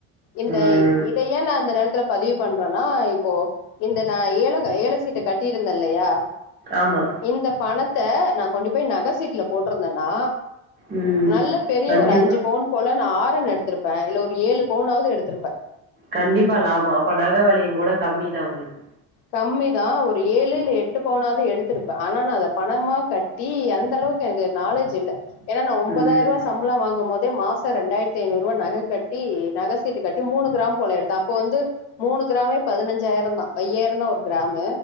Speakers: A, on the left (about 75°); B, on the right (about 25°).
A: இந்த
B: ம்
A: இதயே நா இந்த நேரத்துல பதிவு பண்றேன்னா இப்போ இந்த நா ஏல ஏழ சீட்ட கட்டியிருந்தேனில்லயா
B: ஆமா
A: இந்த பணத் த்த நா கொண்டு போய் நக சீட்ல போட்டிருந்தனா
B: ம்
A: நல்லா பெரிய
B: கண்டிப்பா
A: ஒரு அஞ்சு பவுன் போல நா ஆ ரோ எடுத்திருப்ப இல்ல ஒரு ஏழு பவுனாவது எடுத்திருப்ப
B: கண்டிப்பா லாபோ அப்ப நக விலையங்கூட கம்மிதா உங்களுக்கு
A: கம்மிதா ஒரு ஏழு இல்ல எட்டு பவுனாவது எடுத்திருப்ப ஆனா நா அத பணமா கட்டி அந்த அளவுக்கு எனக்கு நாலேட்ஜ் இல்ல ஏனா நா ஒம்பதாயிர
B: ம்
A: ரூவா சம் சம்பளோ வாங்கும்போதே மாசோ இரண்டாயிரத்தி ஐநாறு ரூவா நக கட்டி நக சீட்டு கட்டி மூணு கிராம் போல எடுத்த அப்போ வந்து மூணு கிராமே பதினஞ்சாயிரந்தா ஐய்யாயி ங்க ஒரு கிராம்